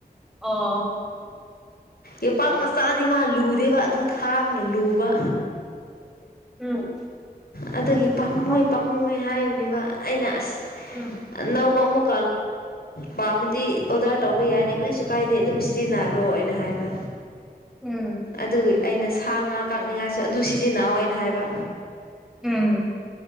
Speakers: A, in the centre; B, on the left.
A: ꯑꯥ
B: ꯌꯣꯄꯥꯛ ꯃꯆꯥꯗꯤ ꯃꯥ ꯂꯨꯗꯦꯕ ꯑꯗꯨ ꯊꯥꯡꯅ ꯂꯨꯕ
A: ꯎꯝ
B: ꯑꯗꯨꯗꯒꯤ ꯄꯥꯝꯃꯨꯦ
A: ꯑꯣ
B: ꯄꯥꯝꯃꯨꯦ ꯍꯥꯏꯔꯤꯕꯅꯦꯕ ꯑꯩꯅ ꯑꯁ
A: ꯎꯝ
B: ꯑꯅꯧꯕ ꯑꯃꯨꯛ ꯄꯥꯝꯝꯕꯗꯤ ꯑꯣꯔꯗꯔ ꯇꯧꯕ ꯌꯥꯏꯅꯦ ꯀꯔꯤꯁꯨ ꯀꯥꯏꯗꯦ ꯑꯗꯨꯝ ꯁꯤꯖꯤꯟꯅꯔꯣꯩꯅ ꯍꯥꯏꯕ
A: ꯎꯝ
B: ꯑꯗꯨꯒꯤ ꯑꯩꯅ ꯁꯥ ꯉꯥ ꯀꯥꯛꯅꯤꯡꯉꯥꯏꯁꯨ ꯑꯗꯨ ꯁꯤꯖꯤꯟꯅꯑꯣ ꯑꯩꯅ ꯍꯥꯏꯕ
A: ꯎꯝ